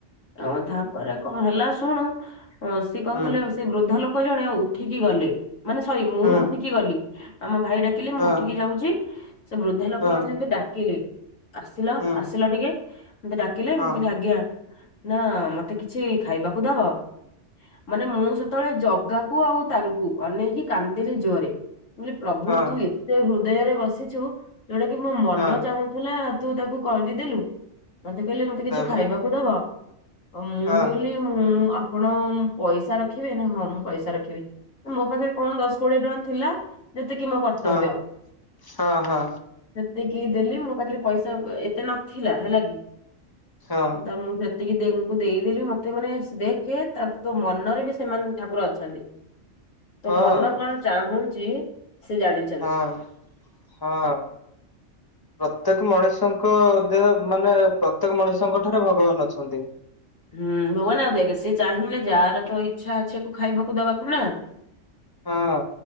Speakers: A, on the left; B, on the left.
A: ଅଁ ତାପରେ କଣ ହେଲା ଶୁଣୁ ହଁ ସିଏ କଣ
B: ହୁଁ
A: କଲେ ସେ ବୃଦ୍ଧା ଲୋକ ଜଣେ ଉଠିକି ଗଲେ ମାନେ ସରି ମୁଁ
B: ହୁଁ
A: ଉଠିକି କି ଗଲି ଆମ ଭାଇ ଡାକିଲି
B: ହଁ
A: ମୁଁ ଉଠିକି ଯାଉଛି ସେ ବୃଦ୍ଧା ଲୋକ
B: ହଁ
A: ମତେ ଏମିତି ଡାକିଲେ। ଆସିଲ
B: ହୁଁ
A: ଆସିଲ ଟିକେ ମତେ ଡାକିଲେ
B: ହଁ
A: ମୁଁ କଲି ଆଜ୍ଞା। ନା ମତେ କିଛି ଖାଇବାକୁ ଦବ। ମାନେ ମୁଁ ସେତେବେଳେ ଜଗାକୁ ଆଉ ତାଙ୍କୁ ଅନେଇକି କାନ୍ଦିଲି ଜୋରେ। ମୁଁ କହିଲି ପ୍ରଭୁ
B: ହଁ
A: ତୁ ଏତେ ହୃଦୟରେ ବସିଛୁ ଯୋଉଟା କି ମୋ ମନ
B: ହଁ
A: ଚାହୁଁ ଥିଲା ତୁ ତାକୁ କରିଦିଦେଲୁ। ମତେ କହିଲେ ମତେ କିଛି
B: ତାପରେ
A: ଖାଇବାକୁ ଦବ ମୁଁ
B: ହଁ
A: କହିଲି ମୁଁ ଆପଣ ମୁଁ ପଇସା ରଖିବି ନା ହଁ ମୁଁ ପଇସା ରଖିବି ମୋ ପାଖରେ କଣ ଦଶ କୋଡିଏ ଟଙ୍କା ଥିଲା। ଯେତିକି ମୋ କର୍ତ୍ତବ୍ୟ।
B: ହଁ ହଁ ହଁ
A: ସେତିକି ଦେଲି ମୋ ପାଖରେ ପଇସା ଏତେ ନଥିଲା ହେଲା କି
B: ହଁ
A: ତ ମୁଁ ହେତିକି ଦେଙ୍କୁ ଦେଇଦେଲି ମତେ ମାନେ ଦେଖେ ତା ତୋ ମନରେ ବି ସେମାନେ ଠାକୁର ଅଛନ୍ତି। ତୋ
B: ହଁ
A: ମନ କଣ ଚାହୁଁଛି ସେ ଜାଣି
B: ହଁ ହଁ। ପ୍ରତ୍ୟେକ ମଣିଷଙ୍କ ଦେହ ମାନେ ପ୍ରତ୍ୟେକ ମଣିଷଙ୍କ ଠାରେ ଭଗବାନ ଅଛନ୍ତି।
A: ହୁଁ ଭଗବାନେ ଆଉ ଦେଖେ ସିଏ ଚାହିଁଲେ ଯାହାର ତ ଇଚ୍ଛା ଅଛି ୟାକୁୁ ଖାଇବାକୁ ଦବାକୁ ନା
B: ହଁ।